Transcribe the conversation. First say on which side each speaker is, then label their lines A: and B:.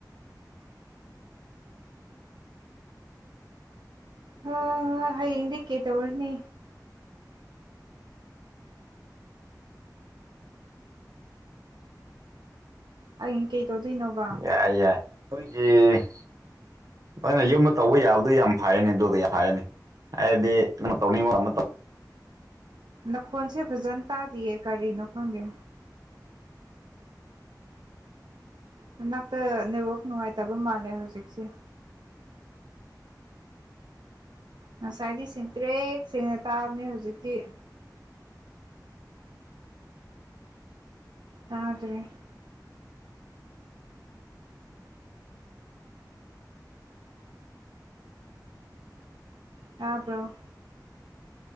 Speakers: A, on the right (about 80°); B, on the right (about 50°).
A: ꯍꯣ ꯍꯣ ꯍꯌꯦꯡꯗꯤ ꯀꯩ ꯇꯧꯔꯨꯅꯤ ꯍꯌꯦꯡ ꯀꯩ ꯇꯧꯗꯣꯏꯅꯣꯕ
B: ꯌꯥꯏ ꯌꯥꯏ ꯂꯣꯏꯖꯤꯡ ꯅꯣꯏꯅ ꯌꯨꯝꯗ ꯇꯧꯕ ꯌꯥꯕꯗꯨ ꯌꯥꯝ ꯐꯥꯏꯌꯦꯅꯦ ꯗꯨꯗꯤ ꯐꯥꯏꯑꯦꯅꯦ ꯑꯩꯗꯤ ꯅꯪꯅ ꯇꯧꯅꯤꯡꯕ ꯑꯃ ꯇꯧ
A: ꯅꯈꯣꯟꯁꯦ ꯐꯖꯟ ꯇꯥꯗꯤꯌꯦ ꯀꯔꯤꯅꯣ ꯈꯪꯗꯦ ꯅꯅꯥꯛꯇ ꯅꯦꯠꯋꯥꯔꯛ ꯅꯨꯡꯉꯥꯏꯇꯕ ꯃꯥꯜꯂꯦ ꯍꯧꯖꯤꯛꯁꯦ ꯉꯁꯥꯏꯗꯤ ꯁꯦꯡꯇ꯭ꯔꯦꯛ ꯁꯦꯡꯅ ꯇꯥꯕꯅꯦ ꯍꯧꯖꯤꯛꯇꯤ ꯇꯥꯗ꯭ꯔꯦ ꯇꯥꯕ꯭ꯔꯣ